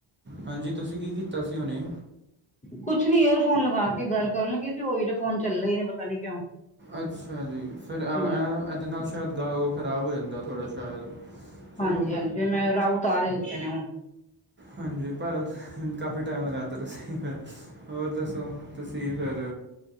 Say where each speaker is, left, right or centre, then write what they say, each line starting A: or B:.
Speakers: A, on the right; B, on the left.
A: ਹਾਂਜੀ ਤੁਸੀਂ ਕੀ ਕੀਤਾ ਸੀ ਹੁਨੀ।
B: ਕੁਛ ਨੀ ਏਅਰਫੋਨ ਲਗਾ ਕੇ ਗੱਲ ਕਰਨ ਲੱਗੇ ਸੀ। ਉਹ ਏਅਰਫੋਨ ਚੱਲੇ ਹੀ ਨੀ ਪਤਾ ਨੀ ਕਿਉਂ।
A: ਅੱਛਾ ਜੀ, ਫਿਰ ਇਹ,
B: ਹਮ
A: ਇਹਦੇ ਨਾਲ ਸ਼ਾਇਦ ੳ ਉਹ ਖਰਾਬ ਹੋ ਜਾਂਦਾ ਥੋੜ੍ਹਾ ਸ਼ਾਇਦ। ਚਲੋ
B: ਹਾਂਜੀ, ਹਾਂਜੀ ਫਿਰ ਮੈਂ ਰਾਹੂ ਉਤਾਰ ਹੀ ਦਿੱਤੇ ਨੇ ਹੁਣ।
A: ਹਾਂਜੀ, ਪਰ ਕਾਫੀ ਟਾਈਮ ਲਗਾ ਦਿੱਤਾ ਤੁਸੀਂ ਫਿ ਹੋਰ ਦੱਸੋ। ਤੁਸੀਂ ਫਿਰ,